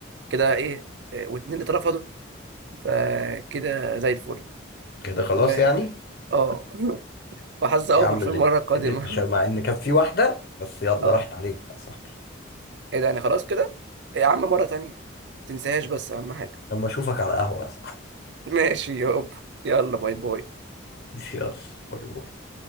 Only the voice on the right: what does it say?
كده ايه آه، واتنين اللي اترفضوا فكده زي الفل
و
اه <laughs> وحظ اوفر
في
المره
القادمه
<laughs>
اه
ايه ده يعني خلاص كده يا عم مره تانية تنساهاش بس اهم حاجه
ماشي يابا يلا باي باي